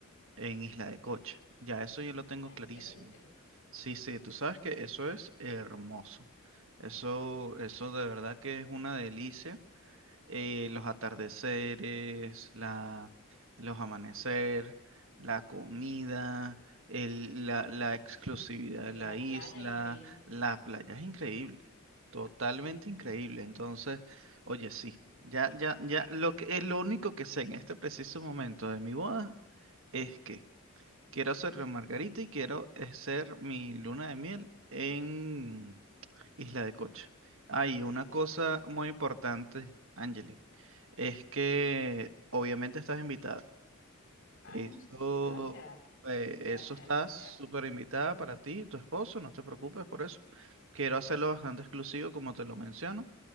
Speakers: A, on the right (about 65°); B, on the left (about 60°).
A: en Isla de Coche. Ya eso yo lo tengo
B: Ah,
A: clarísimo.
B: excelente.
A: Sí, sí, tú sabes que eso es hermoso. Eso, eso de verdad que es una delicia. Eh, los atardeceres, la, los amanecer, la comida, el- la, la exclusividad de
B: La
A: la isla,
B: playa, increíble.
A: la playa es increíble, totalmente increíble. Entonces, oye, sí, ya, ya, ya, lo que, eh, lo único que sé en este preciso momento de mi boda es que Quiero hacer la Margarita y quiero hacer mi luna de miel en Isla de Coche. Hay
B: Excelente,
A: una cosa
B: qué bueno.
A: muy importante, Angeli, es que obviamente estás invitada.
B: Ay,
A: Eso,
B: muchísimas gracias.
A: eh,
B: Gracias,
A: eso estás
B: gracias.
A: súper invitada para ti y tu esposo, no te preocupes por eso. Quiero hacerlo bastante exclusivo, como te lo menciono,